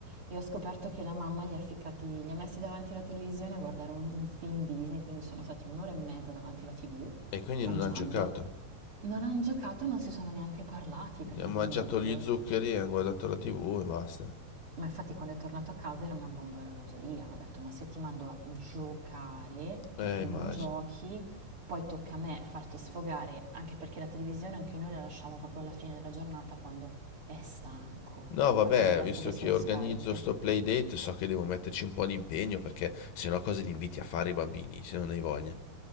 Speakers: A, on the right; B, on the left.
A: e ho scoperto che la mamma gli ha, ficcati, li ha messi davanti alla televisione a guardare un, un film Disney, quindi sono stati un'ora e mezza davanti alla TV,
B: E quindi
A: mangiando,
B: non ha giocato.
A: non hanno giocato, non si sono neanche parlati praticamente.
B: Ha mangiato gli zuccheri, ha guardato la TV e basta.
A: Ma infatti quando è tornato a casa era una bomba a orologeria. Ho detto, ma se io ti mando a giocare e
B: Eh,
A: tu
B: immagino.
A: non giochi, poi tocca a me farti sfogare, anche perché la televisione anche noi la lasciamo proprio alla fine della giornata quando è stanco,
B: No, vabbè,
A: quando le batterie
B: visto che
A: sono
B: organizzo
A: scariche.
B: sto playdate, so che devo metterci un po' di impegno perché sennò cosa li inviti a fare i bambini, se non hai voglia.